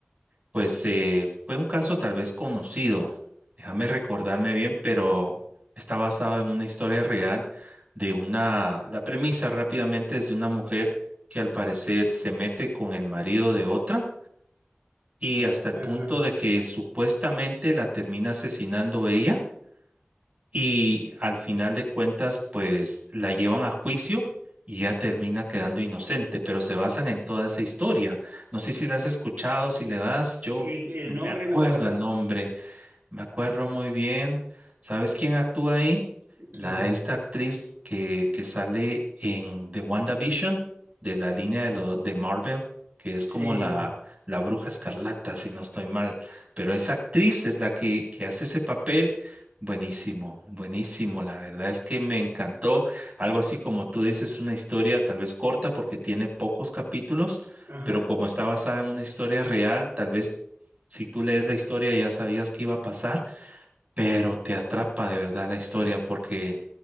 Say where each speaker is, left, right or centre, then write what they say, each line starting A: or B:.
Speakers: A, on the right; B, on the right.
A: pues eh, fue un caso tal vez conocido. Déjame recordarme bien, pero está basado en una historia real de una, la premisa rápidamente es de una mujer que al parecer se mete con el marido de otra y hasta el
B: Ajá.
A: punto de que supuestamente la termina asesinando ella y al final de cuentas pues la llevan a juicio y ella termina quedando inocente, pero se basan en toda esa historia. No sé si la has escuchado, si le das, yo
B: Eh, ¿El
A: no me
B: nombre
A: acuerdo
B: no te acordás?
A: el nombre, me acuerdo muy bien. ¿Sabes quién actúa ahí? La
B: ¿Quién?
A: esta actriz que, que sale en The WandaVision, de la línea de, lo, de Marvel, que es
B: Sí.
A: como la, la bruja escarlata, si no estoy mal. Pero esa actriz es la que, que hace ese papel. Buenísimo, buenísimo. La verdad es que me encantó. Algo así como tú dices, una historia tal vez corta porque tiene pocos capítulos,
B: ajá
A: pero como está basada en una historia real, tal vez si tú lees la historia ya sabías que iba a pasar, pero te atrapa de verdad la historia porque